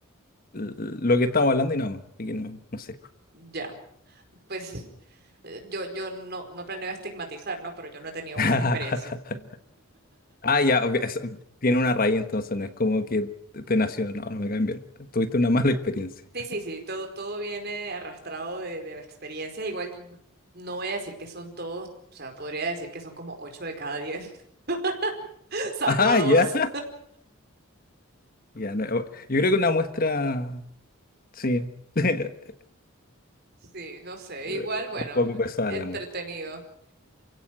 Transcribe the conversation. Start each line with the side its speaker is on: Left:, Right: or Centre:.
Left: l- lo que estamos hablando y nada más, así que no, no sé.
Right: Ya. Pues eh, yo, yo no, no planeo estigmatizar, ¿no? Pero yo no he tenido
Left: <laughs>
Right: buenas experiencias.
Left: Ah, ya, obvi- es- tiene una raíz entonces, no es como que te te nació, no, no me caen bien. Tuviste una mala experiencia.
Right: Sí,
Left: <laughs>
Right: sí, sí, todo, todo viene arrastrado de, de experiencias. Igual no voy a decir que son todos, o sea, podría decir que son como ocho de cada diez, <laughs> salvo
Left: Ah,
Right: a dos.
Left: ya. Ya, no, yo creo que una muestra, sí, <laughs>
Right: Sí, no sé,
Left: un
Right: igual, bueno,
Left: poco pesada
Right: entretenido.
Left: la muestra.